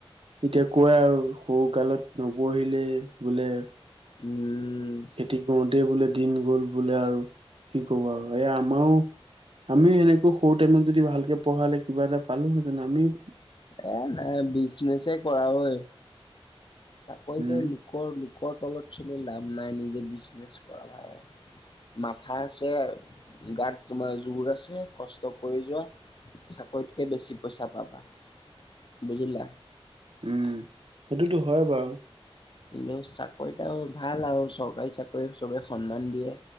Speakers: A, on the right; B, on the left.
A: এতিয়া কয় আৰু সৰু কালত নপঢ়িলে বোলে
B: উম,
A: খেতি কৰোতেই বোলে দিন গ'ল বোলে আৰু কি কবা আৰু এই আমাৰো আমিও এনেকৈ সৰু টাইমত যদি ভালকে পঢ়ালে কিবা এটা পালোহেঁতেন আমি
B: এ নাই বিজনেছে কৰা ঐ চাকৰি
A: উম
B: কৰি লোকৰ লোকৰ তলত চলি লাভ নাই নিজে বিজনেছ কৰা ভাই। মাথা আছে, গাত তোমাৰ জোৰ আছে, কষ্ট কৰি যোৱা চাকৰিতকে বেছি পইচা পাবা বুজিলা
A: উম সেইটোতো হয় বাৰু
B: কিন্তু চাকৰিত আও ভাল আও চৰকাৰী চাকৰিত চবেই সন্মান দিয়ে